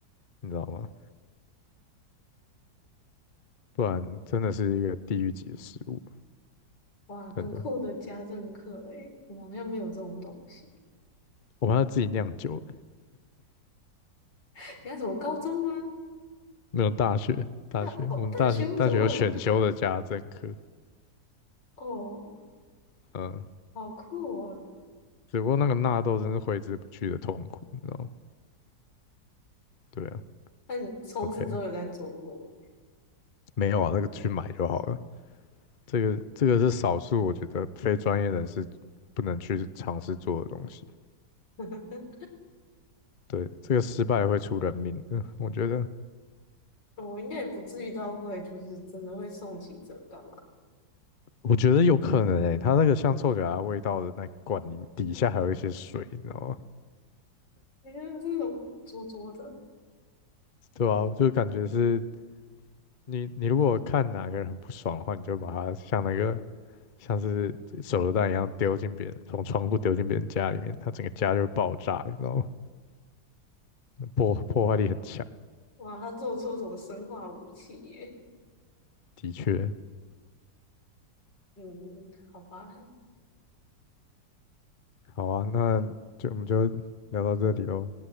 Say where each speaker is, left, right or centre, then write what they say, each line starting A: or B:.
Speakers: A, on the left (about 45°); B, on the left (about 75°).
A: 你知道吗？不然真的是一个地狱级的食物，
B: 哇，很酷的家政课诶，
A: 真的。
B: 我们好像没有这种东西。
A: 我们还要自己酿酒，
B: <laughs> 你看什么高中吗？
A: 没有大学，大学我们大学大学有选修的家政课，
B: 大哦，大学为什么会有？哦，
A: 嗯，
B: 好酷哦！
A: 只不过那个纳豆真是挥之不去的痛苦，你知道吗？对啊
B: 那你从此之后有在做过
A: ，OK，没有啊，那个去买就好了。这个这个是少数我觉得非专业人士不能去尝试做的东西。
B: 吗？<laughs>
A: 对，这个失败会出人命的，我觉得
B: 我应该也不至于到会，就是真的会送急诊干嘛？
A: 我觉得有可能诶、它那个像臭脚丫味道的那罐里底下还有一些水，你知道吗？
B: 因为是那种拙拙的，
A: 对啊，就感觉是你你如果看哪个人很不爽的话，你就把他像那个像是手榴弹一样丢进别人，从窗户丢进别人家里面，他整个家就会爆炸，你知道吗？破破坏力很强，
B: 哇，他做出什么生化武器耶？
A: 的确。
B: 嗯，好吧。
A: 好啊，那就我们就聊到这里喽，